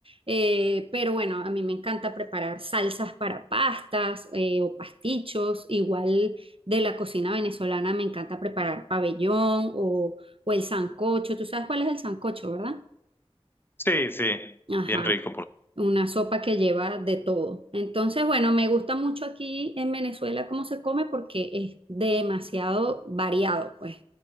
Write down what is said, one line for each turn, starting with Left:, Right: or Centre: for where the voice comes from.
Right: Eh, pero bueno, a mí me encanta preparar salsas para pastas eh, o pastichos, igual de la cocina venezolana me encanta preparar pabellón o, o el sancocho. Tú sabes cuál es el sancocho, ¿verdad?
Left: Sí, sí,
Right: Ajá,
Left: bien rico. por-
Right: una sopa que lleva de todo. Entonces, bueno, me gusta mucho aquí en Venezuela cómo se come porque es demasiado variado, pues,